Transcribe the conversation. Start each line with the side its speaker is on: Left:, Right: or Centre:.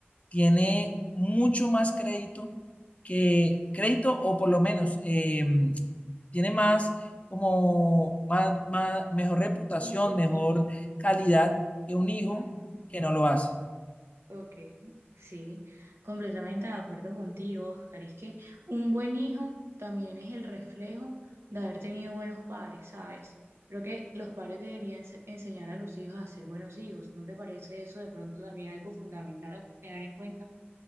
Left: tiene mucho más crédito que crédito o por lo menos eh, tiene más como más, más, mejor reputación,
Right: Puntos.
Left: mejor calidad que un hijo
Right: Ajá.
Left: que no lo hace.
Right: Ok, sí, completamente de acuerdo contigo, Oscar. Es que un buen hijo también es el reflejo de haber tenido buenos padres, ¿sabes? Creo que los padres deberían ens- enseñar a los hijos a ser buenos hijos. ¿No te parece eso de pronto también algo fundamental a tener en cuenta?